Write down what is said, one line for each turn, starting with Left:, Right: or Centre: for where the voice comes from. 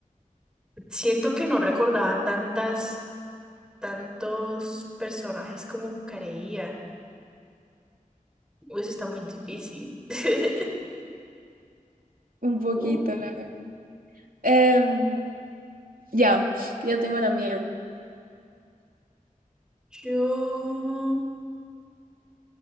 Centre: siento que no recordaba tantas, tantos personajes como creía. Uy, Eso está muy difícil. <laughs>
Right: Un poquito,
Centre: Uh,
Right: la verdad. Em, ya, ya tengo la mía.
Centre: Yo...